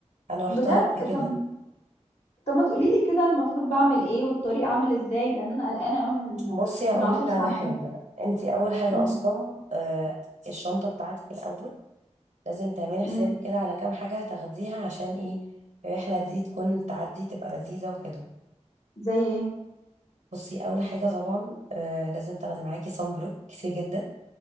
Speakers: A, on the right; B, on the left.
A: انا روحتها
B: بجد
A: قبل كده
B: طب طب ما تقولي لي كده المفروض بعمل ايه والطريق عامل ازاي لان انا قلقانه قوي من
A: بصي هقول
B: من 10
A: لك
B: ساعات
A: على حاجه انت اول حاجه
B: امم
A: اصلا آه الشنطه بتاعتك الاول لازم تعملي حسابك
B: امم
A: كده على كام حاجه هتاخديها عشان ايه الرحله دي تكون تعدي تبقى لذيذه وكده
B: زي ايه
A: بصي اول حاجه طبعا آه لازم تاخدي معاكي صن بلوك كتير جدا